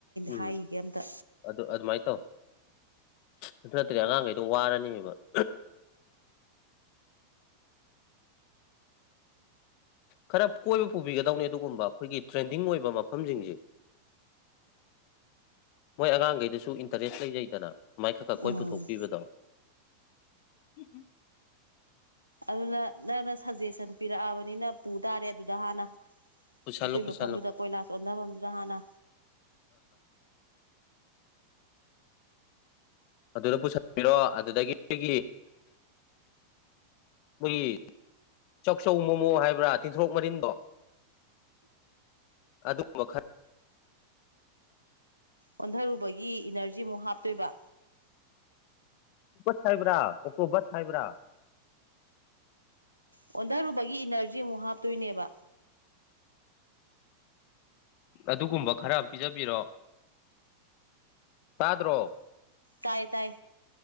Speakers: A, on the left (about 45°); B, on the right (about 85°).
A: ꯎꯝ
B: ꯍꯥꯏꯒꯦ ꯑꯝꯇ
A: ꯑꯗꯨ ꯑꯗꯨꯃꯥꯏꯅ ꯇꯧ ꯑꯗꯨ ꯅꯠꯇ꯭ꯔꯦ ꯑꯉꯥꯡꯈꯩꯗꯣ ꯋꯥꯔꯅꯦꯕ <inaudible> ꯈꯔ ꯀꯣꯏꯕ ꯄꯨꯕꯤꯒꯗꯧꯅꯤ ꯑꯗꯨꯒꯨꯝꯕ ꯑꯩꯈꯣꯏꯒꯤ ꯇ꯭ꯔꯦꯟꯗꯤꯡ ꯑꯣꯏꯕ ꯃꯐꯝꯁꯤꯡꯁꯦ ꯃꯣꯏ ꯑꯉꯥꯡꯈꯩꯗꯁꯨ ꯏꯟꯇꯔꯦꯁ ꯂꯩꯖꯩꯗꯅ ꯃ ꯃꯥꯏꯈꯛꯀ ꯀꯣꯏ
B: ꯎꯝ
A: ꯄꯨꯊꯣꯛꯄꯤꯕꯗꯣ ꯎꯝ ꯎꯝ
B: ꯑꯗꯨꯅ ꯅꯪꯅ ꯁꯖꯦꯁꯟ ꯄꯤꯔꯛꯑꯕꯅꯤꯅ ꯄꯨ ꯇꯥꯔꯦ ꯑꯗꯨꯗ ꯍꯥꯟꯅ
A: ꯄꯨꯁꯜꯂꯨ
B: ꯑꯗꯨꯏ
A: ꯄꯨꯁꯜꯂꯨ
B: ꯃꯐꯝꯗꯨꯗ ꯀꯣꯏꯂꯥꯁ ꯑꯣꯣꯟꯊꯐꯝꯗꯨꯗ ꯍꯥꯟꯅ
A: ꯑꯗꯨꯗ ꯄꯨꯁꯤꯟꯄꯤꯔꯣ ꯑꯗꯨꯗꯒꯤ ꯅꯣꯏꯒꯤ ꯄꯨꯜꯂꯤ ꯆꯥꯛꯆꯧ ꯃꯣꯃꯣ ꯍꯥꯏꯕ꯭ꯔꯥ ꯇꯤꯟꯊꯣꯔꯣꯛ ꯃꯔꯤꯟꯗꯣ ꯑꯗꯨꯕꯜ
B: ꯑꯣꯟꯊꯔꯨꯕꯒꯤ ꯏꯅꯔꯖꯤꯃꯨꯛ ꯍꯥꯞꯇꯣꯏꯕ
A: ꯁꯥꯏꯕ꯭ꯔꯥ ꯑꯣꯀꯣꯕ ꯁꯥꯏꯕ꯭ꯔꯥ
B: ꯑꯣꯟꯊꯔꯨꯕꯒꯤ ꯏꯅꯔꯖꯤ ꯑꯃꯨꯛ ꯍꯥꯞꯇꯣꯏꯅꯦꯕ
A: ꯑꯗꯨꯒꯨꯝꯕ ꯈꯔ ꯄꯤꯖꯕꯤꯔꯣ ꯇꯥꯗ꯭ꯔꯣ
B: ꯇꯥꯏ ꯇꯥꯏ